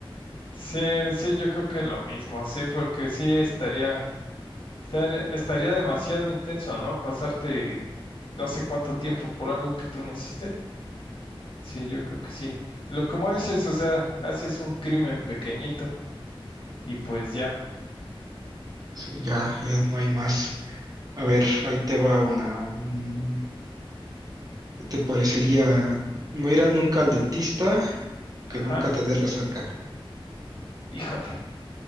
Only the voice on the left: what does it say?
Sí, sí, yo creo que lo mismo, sí, porque sí estaría, estar- estaría demasiado intenso, ¿no? Pasarte no sé cuánto tiempo por algo que tú no hiciste. Sí, yo creo que sí. Lo como dices, o sea, haces un crimen pequeñito y pues ya.
Sí.
Ajá,
híjole.